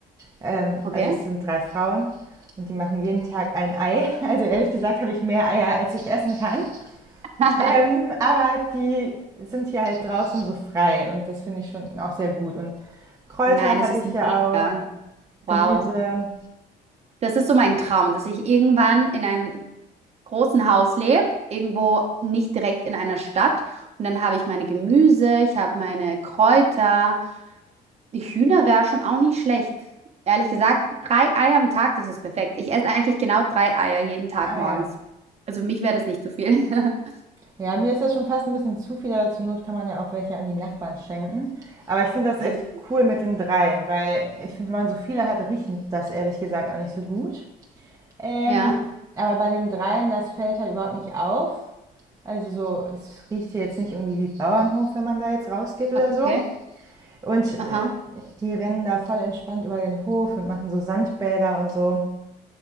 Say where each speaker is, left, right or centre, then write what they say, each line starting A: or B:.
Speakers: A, on the right; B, on the right.
A: Ähm,
B: Okay.
A: also es sind drei Frauen und die machen jeden Tag ein Ei. <laughs> Also ehrlich gesagt habe ich mehr Eier, als ich essen kann.
B: <laughs>
A: Ähm, aber die sind hier halt draußen so frei und das finde ich schon auch sehr gut. Und Kräuter
B: Nein,
A: habe
B: das ist
A: ich ja
B: mega.
A: auch,
B: Wow.
A: Gemüse.
B: Das ist so mein Traum, dass ich irgendwann in einem großen Haus lebe, irgendwo nicht direkt in einer Stadt. Und dann habe ich meine Gemüse, ich habe meine Kräuter. Die Hühner wäre schon auch nicht schlecht. Ehrlich gesagt, drei Eier am Tag, das ist perfekt. Ich esse eigentlich genau drei Eier jeden Tag
A: Ah
B: morgens.
A: ja,
B: Also für mich wäre das nicht zu viel. <laughs>
A: Ja, mir ist das schon fast ein bisschen zu viel, aber zur Not kann man ja auch welche an die Nachbarn schenken. Aber ich finde das echt
B: Okay.
A: cool mit den dreien, weil ich finde, wenn man so viele hat, riechen das ehrlich gesagt auch nicht so gut. Ähm,
B: Ja,
A: aber bei den dreien, das fällt halt überhaupt nicht auf. Also so, es riecht hier jetzt nicht irgendwie wie Bauernhof, wenn man da jetzt rausgeht oder
B: okay.
A: so. Und äh,
B: Aha.
A: die rennen da voll entspannt über den Hof und machen so Sandbäder und so.